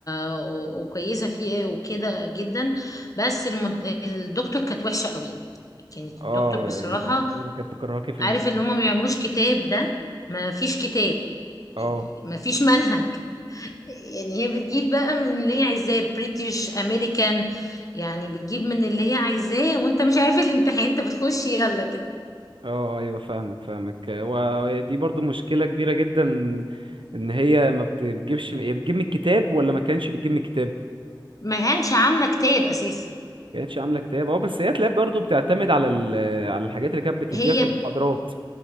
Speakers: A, on the left; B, on the right.
A: وكويسة فيه إيه وكده جدا بس المد... الدكتور كانت وحشة قوي كانت
B: اه
A: الدكتور بصراحة
B: يعني ايه اللي كانت مكرهاكي في
A: عارف
B: المادة
A: اللي هم ما بيعملوش كتاب ده ما فيش كتاب
B: اه
A: يعني ما فيش منهج يعني هي بتجيب بقى من اللي هي عايزاه بريتش امريكان يعني بتجيب من اللي هي عايزاه وانت مش عارف الامتحان انت بتخش يلا كده
B: اه ايوه فاهمك فاهمك ودي برضو مشكلة كبيرة جدا ان هي ما بت- بتجيبش هي بتجيب من الكتاب ولا ما كانش بتجيب من الكتاب
A: ما كانش عامله كتاب اساسا
B: ما كانتش عاملة كتاب اه بس هي تلاقي برضو بتعتمد على ال... على الحاجات اللي كانت بتديها
A: هي
B: في المحاضرات